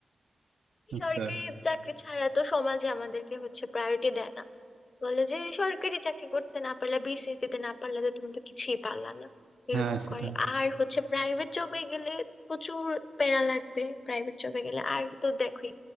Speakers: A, on the right; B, on the left.
A: আচ্ছা
B: সরকারি চাকরি ছাড়া তো সমাজে আমাদেরকে হচ্ছে প্রায়োরিটি দেয় না বলে যে সরকারি চাকরি করতে না পারলে বিসিএস দিতে না পারলে তো তুমি তো কিছুই পারলা না এরকম
A: হ্যাঁ সেটাই
B: করে আর হচ্ছে প্রাইভেট জবে গেলে প্রচুর প্যারা লাগবে প্রাইভেট জবে গেলে আর তো দেখোই